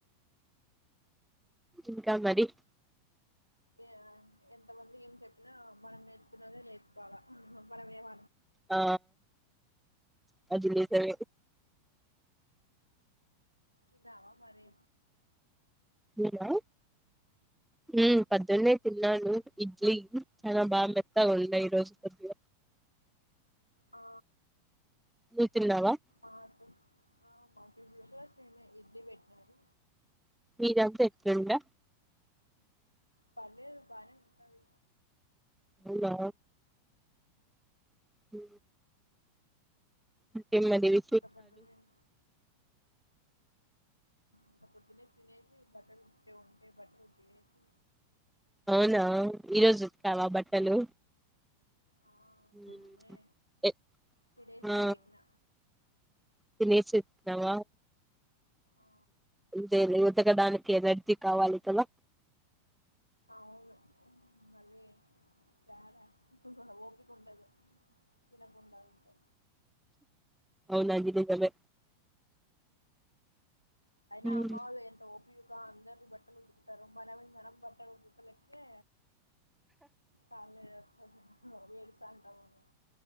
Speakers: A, in the centre; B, on the left (about 85°).
A: ఇంకా మరి
B: ఏ ఎంత మంది ఏం చెప్పినా మనం నేర్చున్నదే నేర్చుకోవాల మనం ఏమ
A: ఆ అది నిజమే
B: తిన్నావా మరి
A: నేనా ఉమ్మ్ పద్దున్నే తిన్నాను ఇడ్లీ చానా బా మెత్తగా ఉండే ఈరోజు పోద్దు
B: ఆ
A: నువ్వు తిన్నావా
B: ఆ తి మా మంతజీ కూడా సేమ్ ఏ ఇడ్లీ పెట్టారు.
A: మీర్ అంత ఎకుండా
B: పర్లేదు బానే ఉంటది.
A: అవునా ఊ ఇంకేంమదివి
B: ఇంత పొద్దునేమ్ ఇంకా పొద్దున్నే తినేసి బట్టలు ఉతేకేవ్ ఉంటే బట్టలు ఉతికేసి
A: అవునా ఈరోజు ఉతికవ బట్టలు
B: ఆ
A: <unintelligible>
B: పొద్దున్నే తినేసి
A: ఆ
B: ఉతికిన
A: తినేసి ఉతికవ
B: ఆ
A: అంతే లే ఉతకడానికి ఎనర్జీ కావాలి కదా
B: అవును ఆ మళ్ళీ ఎడ ఒపిక్ ఉండదు తినకుండ ఉంటె
A: అవున్ అది నిజమే
B: అయినా
A: ఉమ్,
B: అమ్మ వాళ్లు ఎంత ఓపిక్ గా అందరి వి బట్టలు ఉదుకుతారు మనవి మనం బట్టలు ఉదుకలకే చాల <inaudible> ఏడుస్తా ఉంటాం మనం